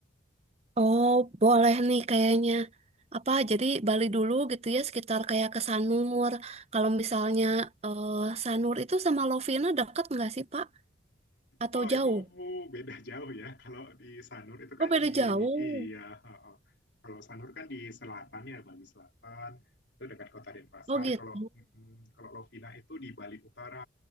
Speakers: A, on the right (about 35°); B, on the left (about 70°).
A: Oh, boleh nih kayaknya. Apa jadi Bali dulu gitu ya sekitar kayak ke Sanur. Kalau misalnya eh, Sanur itu sama Lovina dekat nggak sih Pak? Atau
B: Wah,
A: jauh?
B: itu beda <laughs> jauh ya. Kalau di Sanur itu
A: Oh
B: kan
A: beda
B: di
A: jauh.
B: iya, heeh. Kalau Sanur kan di selatan ya, Bali Selatan. Itu dekat Kota Denpasar.
A: Oh gitu.
B: Kalau mm, kalau Lovina itu di Bali Utara,